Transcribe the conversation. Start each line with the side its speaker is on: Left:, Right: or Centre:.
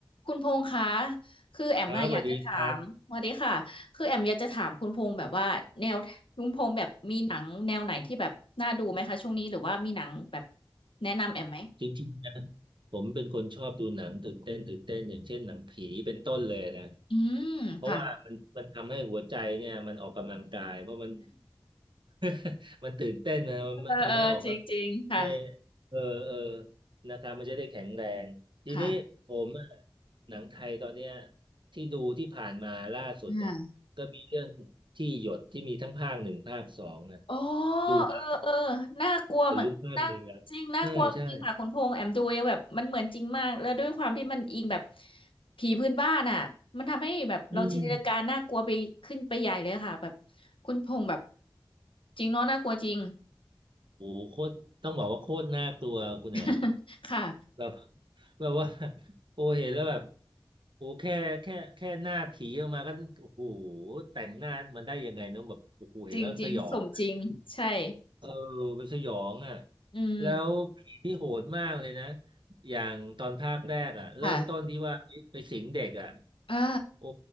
Left: คุณพงษ์คะคือแอมอะอยากจะถามสวัสดีค่ะคือแอมอยากจะถามคุณพงษ์แบบว่าแนวคุณพงษ์แบบมีหนังแนวไหนที่แบบน่าดูไหมคะช่วงนี้หรือว่ามีหนังแบบ
Right: ครับสวัสดีครับ
Left: แนะนำแอมไหม
Right: จริงๆนะผมเป็นคนชอบดูหนังตื่นเต้นตื่นเต้นอย่างเช่นหนังผีเป็นต้นเลยนะ
Left: อืมค่ะ
Right: เพราะว่ามันมันทำให้หัวใจเนี่ยมันออกกำลังกายเพราะมัน <laughs> มันตื่นเต้นนะมันทำให้ออกก็
Left: เออเออจริงจริงค่ะ
Right: ไม่เออเออนะครับมันจะได้แข็งแรงทีนี้ผมอะ
Left: ค่
Right: หนังไทยตอนเนี้ยที่ดูที่ผ่านมาล่าสุดอ่ะก็มีเรื่องที่หยดที่มีทั้งภาคหนึ่งภาคสองนะ
Left: ะ อ๋อ
Right: ดูแล้ว
Left: เออเออน่ากลัวเหมือนน่าจริงน่ากลัวจริงค่ะคุณพงษ์แอมดูยังแบบมันเหมือนจริงมากแล้วด้วยความที่มันอิงแบบ
Right: ขนลุกมากเลยอ่ะใช่ใช่
Left: ผีพื้นบ้านอ่ะมันทำให้แบบเราจินตนาการน่ากลัวไปขึ้นไปใหญ่เลยค่ะแบบ
Right: อืม
Left: คุณพงษ์แบบจริงเนาะน่ากลัวจริง
Right: โอ้โหโคตรต้องบอกว่าโคตรน่ากลัวคุณแหนม
Left: <laughs> ค่ะ
Right: แบบ <laughs> แบบว่าโอ้เห็นแล้วแบบโอ้แค่แค่แค่หน้าผีออกมาก็โอ้โหแต่งหน้ามันได้ยังไงเนอะแบบโอ้โหเห็นแล้วสยอง
Left: จริงจริงสมจริงใช่
Right: เออมันสยองอ่ะ
Left: อืม
Right: แล้วผีที่โหดมากเลยนะอย่างตอนภาคแรกอ่ะเริ่มต้นที่ว่าไปสิงเด็กอ่ะ
Left: ค่ะอ่า
Right: โอ้